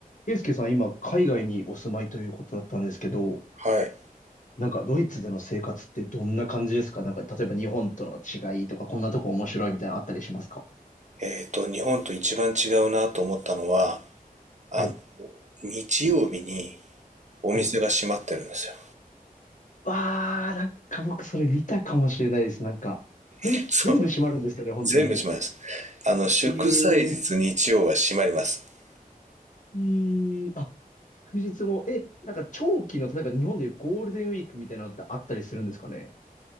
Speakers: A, on the left; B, on the right.
A: ケイスケさん、今、海外にお住まいということだったんですけど、
B: はい。
A: なんか、ドイツでの生活ってどんな感じですかなんか、例えば日本との違いとか、こんなとこ面白いみたいなのあったりしますか
B: えっと、日本と一番違うなと思ったのは、あの、
A: はい。
B: 日曜日にお店が閉まってるんですよ。
A: はい。わー、なんか僕、それ見たかもしれないです。なんか、全、
B: <laughs> そう。
A: 全部閉まるんですよね、本当に。
B: 全部閉まります。あの、祝祭日日曜は閉まります。
A: えー、えー、あ、祝日も、え、なんか、長期の、例えば日本でいうゴールデンウィークみたいなのってあったりするんですかね